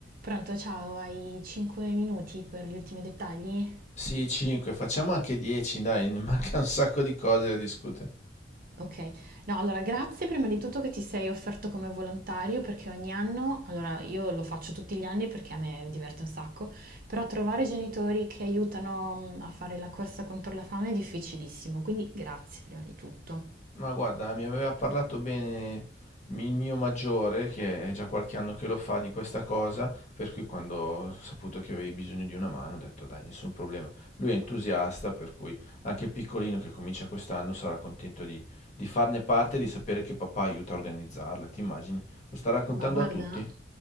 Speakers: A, on the right; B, on the left.
A: Pronto, ciao, hai 5 minuti per gli ultimi dettagli?
B: Sì, 5, facciamo anche 10, dai, <laughs> ne manca un sacco di cose da discutere.
A: Ok, no, allora grazie prima di tutto che ti sei offerto come volontario perché ogni anno, allora io lo faccio tutti gli anni perché a me diverte un sacco, però trovare genitori che aiutano mm, a fare la corsa contro la fame è difficilissimo, quindi grazie prima di tutto.
B: Ma guarda, mi aveva parlato bene il mio maggiore, che è già qualche anno che lo fa, di questa cosa, per cui quando ho saputo che avevi bisogno di una mano ho detto dai, nessun problema. Lui è entusiasta, per cui anche il piccolino che comincia quest'anno sarà contento di, di farne parte e di sapere che papà aiuta a organizzarla, ti immagini? Lo sta raccontando
A: Ma guarda,
B: a tutti?